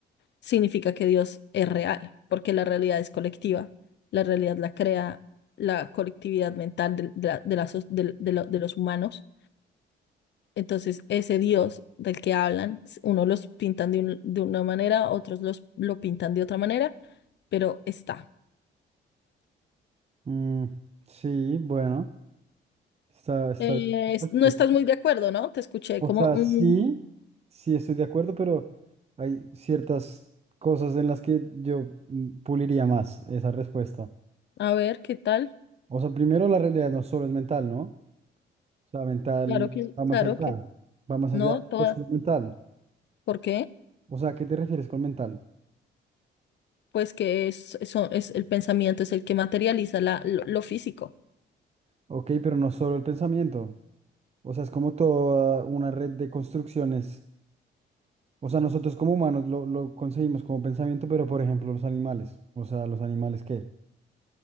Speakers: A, on the left; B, on the right.
A: significa que Dios es real, porque la realidad es colectiva. La realidad la crea la colectividad mental del- de, la- de la so- del- de lo- de los humanos. Entonces, ese Dios del que hablan, s- unos los pintan de, un- de una manera, otros los, lo pintan de otra manera, pero está.
B: Mm, sí, bueno. Está, está
A: Eh,
B: bien.
A: es-
B: Pues,
A: no estás muy de acuerdo, ¿no? Te escuché
B: O
A: como,
B: sea,
A: "Mm,
B: sí, sí estoy de acuerdo, pero hay ciertas cosas en las que yo mm, puliría más esa respuesta.
A: a ver, ¿qué tal?
B: O sea, primero la realidad no solo es mental, ¿no? O sea, mental
A: Claro que,
B: va más
A: claro
B: allá,
A: que
B: va más
A: no,
B: allá
A: toda.
B: de solo mental.
A: ¿Por qué?
B: O sea, ¿a qué te refieres con mental?
A: Pues que es, son- es el pensamiento es el que materializa la, lo lo físico.
B: Ok, pero no solo el pensamiento. O sea, es como toda una red de construcciones. O sea, nosotros como humanos lo, lo conseguimos como pensamiento, pero por ejemplo los animales. O sea, los animales qué